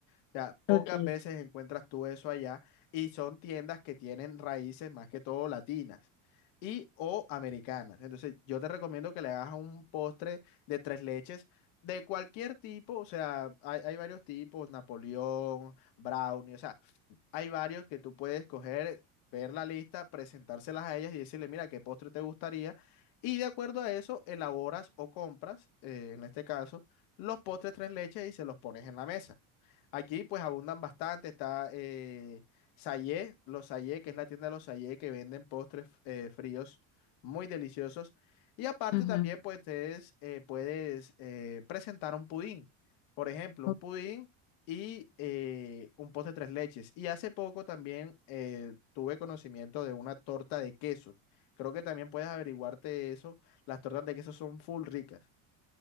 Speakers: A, on the left; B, on the left.
A: O sea, pocas
B: Ok.
A: veces encuentras tú eso allá y son tiendas que tienen raíces más que todo latinas y o americanas. Entonces, yo te recomiendo que le hagas un postre de tres leches de cualquier tipo, o sea, hay, hay varios tipos, Napoleón, brownie, o sea, hay varios que tú puedes coger, ver la lista, presentárselas a ellas y decirle, mira, qué postre te gustaría. Y de acuerdo a eso, elaboras o compras, eh, en este caso, los postres tres leches y se los pones en la mesa. Aquí pues abundan bastante, está eh, Sayé, los Sayé, que es la tienda de los Sayé, que venden postres eh, fríos muy deliciosos. Y aparte
B: Ujú,
A: también pues ustedes eh, puedes eh, presentar un pudín, por ejemplo,
B: ujú,
A: un pudín y eh, un postre tres leches. Y hace poco también eh, tuve conocimiento de una torta de quesos. Creo que también puedes averiguarte eso. Las tortas de queso son full ricas.